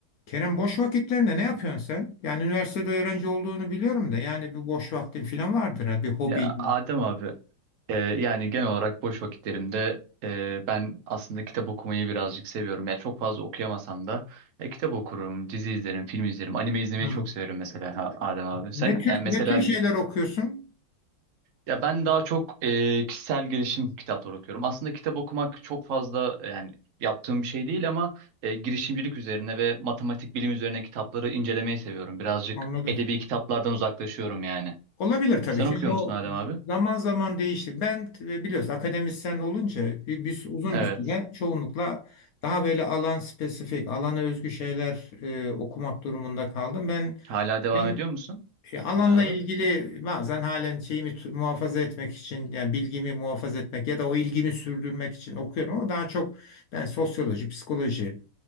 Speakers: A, on the left; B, on the right.
A: Kerem boş vakitlerinde ne yapıyorsun sen? Yani üniversitede öğrenci olduğunu biliyorum da yani bir boş vaktin falan vardır ha bir hobi.
B: Ya Adem abi, e, yani genel olarak boş vakitlerimde e, ben aslında kitap okumayı birazcık seviyorum. Yani çok fazla okuyamasam da e, kitap okurum, dizi izlerim, film izlerim, anime izlemeyi
A: Hı.
B: çok severim mesela ha- Adem abi. Sen
A: Ne tür
B: yani mesela
A: ne tür şeyler
B: şey,
A: okuyorsun?
B: ya ben daha çok e, kişisel gelişim kitapları okuyorum. Aslında kitap okumak çok fazla e, yani yaptığım bir şey değil ama e, girişimcilik üzerine ve matematik bilim üzerine kitapları incelemeyi seviyorum. Birazcık
A: Anladım.
B: edebi kitaplardan uzaklaşıyorum yani.
A: Olabilir tabii
B: Sen
A: ki.
B: okuyor
A: Yani o
B: musun Adem abi?
A: zaman zaman değişir. Ben e, biliyorsun akademisyen olunca bir, bir- uzun
B: Evet.
A: bir süre çoğunlukla daha böyle alan spesifik, alana özgü şeyler e, okumak durumunda kaldım. Ben,
B: Hala devam
A: ben
B: ediyor musun
A: E,
B: okumaya
A: alanla
B: abi?
A: ilgili bazen halen şeyimi tu- muhafaza etmek için yani bilgimi muhafaza etmek ya da o ilgimi sürdürmek için okuyorum ama daha çok ben sosyoloji, psikoloji,